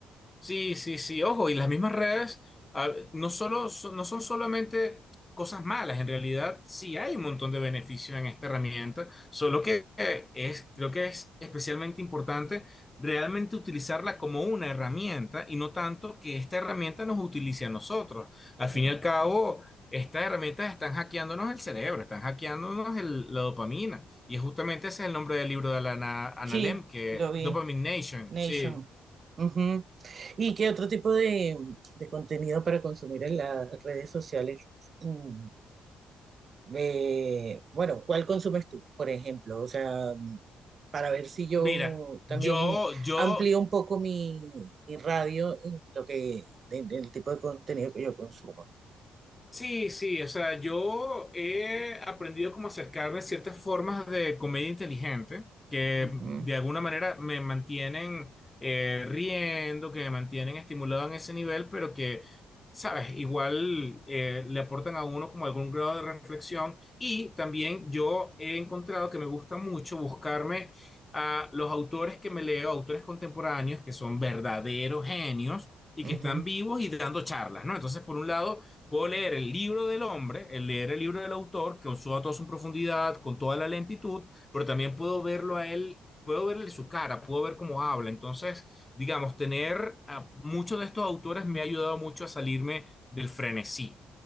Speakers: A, on the left (about 20°); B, on the right (about 45°).
A: Sí, sí, sí, ojo, y las mismas redes a- no solo, so- no son solamente cosas malas, en realidad sí hay un montón de beneficios en esta herramienta, solo que eh, es, creo que es especialmente importante realmente utilizarla como una herramienta y no tanto que esta herramienta nos utilice a nosotros. Al fin
B: Ah,
A: y al cabo, estas herramientas están hackeándonos el cerebro, están hackeándonos el- la dopamina, y justamente ese es el nombre del libro de Alana Analem,
B: Sí,
A: que
B: lo vi.
A: Dopamine Nation,
B: Nation.
A: sí.
B: Ujú. ¿Y qué otro tipo de, de contenido para consumir en las redes sociales? Mm, eh, bueno, ¿cuál consumes tú, por ejemplo? O sea, para ver si yo
A: Mira,
B: también
A: yo, yo
B: amplío un poco mi, mi radio en lo que, en el tipo de contenido que yo consumo.
A: Sí, sí, o sea, yo he aprendido como acercarme a ciertas formas de comedia inteligente que
B: Ujú,
A: de alguna manera me mantienen eh, riendo, que me mantienen estimulado en ese nivel, pero que, sabes, igual eh, le aportan a uno como algún grado de reflexión. Y también yo he encontrado que me gusta mucho buscarme a los autores que me leo, autores contemporáneos que son verdaderos genios y
B: ujú.
A: que están vivos y dando charlas, ¿no? Entonces, por un lado Puedo leer el libro del hombre, el leer el libro del autor, con su- toda su profundidad, con toda la lentitud, pero también puedo verlo a él, puedo verle su cara, puedo ver cómo habla. Entonces, digamos, tener a muchos de estos autores me ha ayudado mucho a salirme del frenesí.